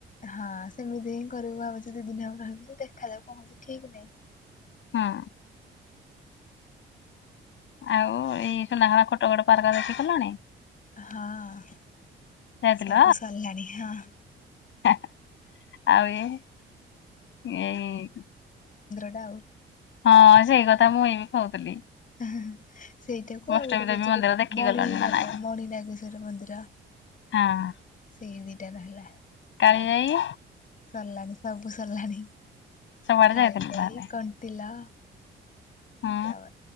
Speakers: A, on the left (about 40°); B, on the left (about 70°).
A: ହଁ ସେମିତି କରିବୁ ଭାବୁଛୁ ଦି ଦିନ ହବ ରହିବୁ ଯେ ଦେଖାଯାଉ କଣ ହଉଛି ଠିକ ନାହିଁ।
B: ହୁଁ ଆଉ ଏଇ ସୁନାଖଳା କୋଟଗଡ ପାର୍କ ଦେଖି ଗଲଣି?
A: ହଁ
B: ଯାଇଥିଲ
A: ସବୁ ସରିଲାଣି। ହଁ,
B: <unintelligible> ଆଉ ଏ-ଏଇ
A: ଡ଼ାଉ
B: ହଁ ସେଇ କଥା ମୁଁଇ ବି କହୁଥିଲି।
A: ଇଁ ହି ହି ସେଇଟାକୁ
B: ବୈଷ୍ଣବୀ
A: ଆଉ ଗୋଟେ
B: ଦେବୀ
A: କହୁଛି
B: ମନ୍ଦିର ଦେଖି
A: ମଣିନାଗ
B: ଗଲଣି ନା ନାଇଁ?
A: ମଣି ନାଗେଶ୍ଵର ମନ୍ଦିର
B: ହଁ
A: ସେଇ ଦି ଟା ରହିଲା।
B: କାଳିଜାଇ?
A: ସରିଲାଣି ସବୁ ସରିଲାଣି।
B: ସବୁଆଡେ
A: କାଳିଜାଇ,
B: ଯାଇଥିଲୁ ତାହେଲେ।
A: କଣ୍ଟିଲୋ
B: ହୁଁ
A: ତା ବାଦ